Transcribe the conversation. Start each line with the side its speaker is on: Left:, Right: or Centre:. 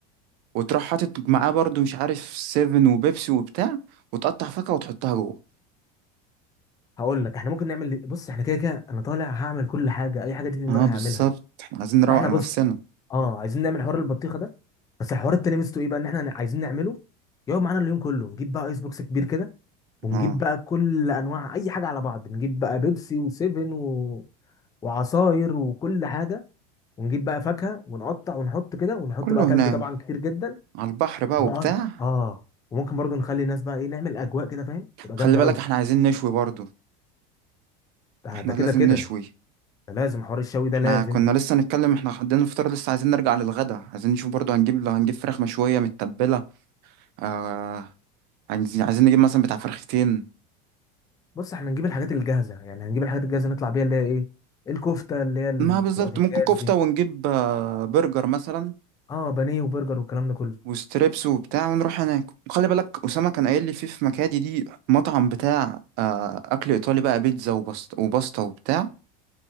Right: وتروح حاطط معاه برضو مش عارف سيفن وبيبسي وبتاع وتقطع فاكهة وتحطها جوه
Left: هقول لك احنا ممكن نعمل بص احنا كده كده انا طالع هعمل كل حاجه اي حاجه دي في دماغي
Right: اه
Left: هعملها
Right: بالظبط احنا عايزين نروق
Left: فاحنا
Right: على
Left: بص
Right: نفسنا
Left: اه عايزين نعمل حوار البطيخه ده بس الحوار التاني ميزته ايه بقى ان احنا عايزين نعمله يقعد معانا اليوم كله نجيب بقى ايس بوكس كبير كده ونجيب
Right: اه
Left: بقى كل انواع اي حاجه على بعض نجيب بقى بيبسي وسيفن و... وعصاير وكل حاجه ونجيب بقى فاكهه ونقطع ونحط كده ونحط
Right: كله
Left: بقى
Right: هناك
Left: تلج طبعا كتير جدا
Right: على البحر بقى
Left: ونقعد
Right: وبتاع
Left: اه وممكن برضو نخلي الناس بقى ايه نعمل اجواء كده فاهم تبقى
Right: خلي
Left: جامده
Right: بالك
Left: قوي
Right: احنا عايزين نشوي برضو
Left: ده
Right: احنا
Left: ده
Right: لازم
Left: كده كده
Right: نشوي
Left: ده لازم حوار الشوي ده
Right: احنا
Left: لازم
Right: كنا لسه نتكلم احنا عندنا الفطار لسه عايزين نرجع للغدا عايزين نشوف برضو هنجيب لو هنجيب فراخ مشوية متبلة آه عايزين عايزين نجيب مثلا بتاع فرختين
Left: بص احنا نجيب الحاجات الجاهزه يعني هنجيب الحاجات الجاهزه نطلع بيها اللي هي ايه الكفته اللي هي اللي
Right: ما بالظبط
Left: بتبقى في الكاس
Right: ممكن كفتة
Left: دي
Right: ونجيب آه برجر مثلا
Left: اه بانيه وبرجر والكلام ده كله
Right: وستريبس وبتاع ونروح هناك وخلي بالك أسامة كان قايل لي في في مكادي دي مطعم بتاع آه أكل إيطالي بقى بيتزا وبسط وباستا وبتاع